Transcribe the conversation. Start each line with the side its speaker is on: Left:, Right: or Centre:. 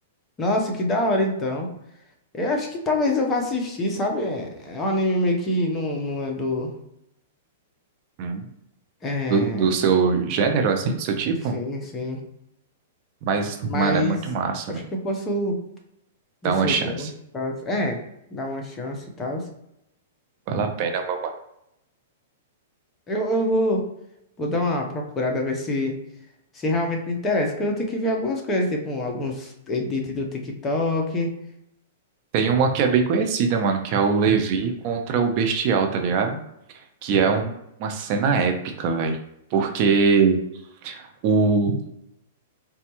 Left: Nossa, que da hora, então. Eu acho que talvez eu vá assistir, sabe? É um anime meio que não, não é do.
Right: Hum.
Left: É.
Right: Do, do seu gênero, assim, do seu tipo.
Left: Sim, sim.
Right: Mas,
Left: Mas
Right: mano, é muito massa,
Left: acho
Right: velho.
Left: que eu posso ver
Right: Dá
Left: se
Right: uma
Left: eu
Right: chance.
Left: gosto e tal. É, dar uma chance e tal.
Right: Vale a pena, meu mano.
Left: Eu, eu vou, vou dar uma procurada, ver se, se realmente me interessa. Porque eu tenho que ver algumas coisas, tipo alguns edits do TikTok.
Right: Tem uma que é bem conhecida, mano, que é o Levi contra o Bestial, tá ligado? Que é um- uma cena épica, velho. Porque o